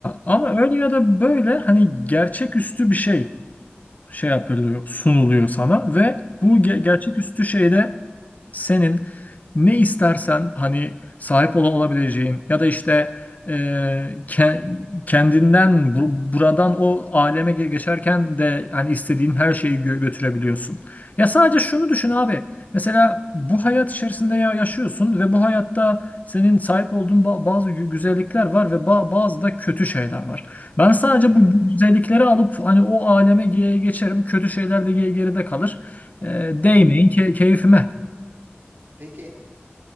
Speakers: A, on the left; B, on the right.
A: ama
B: hı hı,
A: öyle ya da böyle hani gerçeküstü bir şey. şey yapılıyor, sunuluyor sana ve bu ge-
B: evet.
A: gerçeküstü şeyde senin ne istersen hani sahip olan olabileceğin ya da işte e, ke- kendinden bu- buradan o aleme ge- geçerken de hani istediğin her şeyi gö- götürebiliyorsun. Ya sadece şunu düşün
B: Hı hı,
A: abi. Mesela bu hayat içerisinde ya yaşıyorsun ve bu hayatta senin sahip olduğun ba- bazı gü- güzellikler var ve ba- bazı da kötü şeyler var. Ben sadece
B: evet.
A: bu gü- güzellikleri alıp hani o aleme ge- geçerim. Kötü şeyler de ge- geride kalır. E, değmeyin
B: Hı hı.
A: ke- keyfime.
B: E, Peki